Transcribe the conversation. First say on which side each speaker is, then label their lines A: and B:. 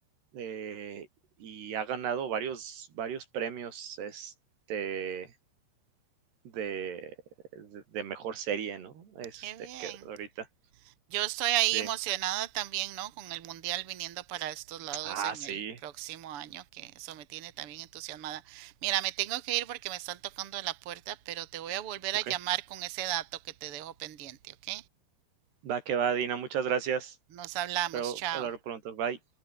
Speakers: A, on the right; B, on the right.
A: eh, y ha ganado varios, varios premios este, de, de mejor serie, ¿no? Este,
B: Qué bien.
A: que ahorita.
B: Yo estoy ahí
A: Sí.
B: emocionada también, ¿no? Con el mundial viniendo para estos lados
A: Ah,
B: en
A: sí.
B: el próximo año, que eso me tiene también entusiasmada. Mira, me tengo que ir porque me están tocando a la puerta, pero te voy a volver
A: Ok.
B: a llamar con ese dato que te dejo pendiente, ¿ok?
A: Va que va, Dina. Muchas gracias.
B: Nos hablamos,
A: Espero
B: chao.
A: hablar pronto. Bye.